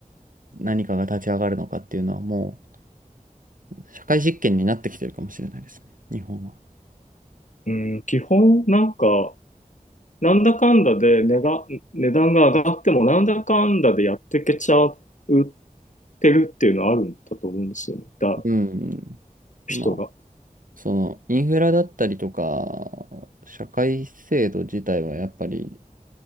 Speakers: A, on the right; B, on the left.
A: う、何かが立ち上がるのかっていうのはもう、社会実験になってきてるかもしれないですね。日本は。
B: うん、基本なんか、なんだかんだで値が、値段が上がってもなんだかんだでやってけちゃうってるっていうのはあるんだと思うんですよね。だ、
A: うん。まあ、
B: 人が。
A: その、インフラだったりとか、社会制度自体はやっぱり、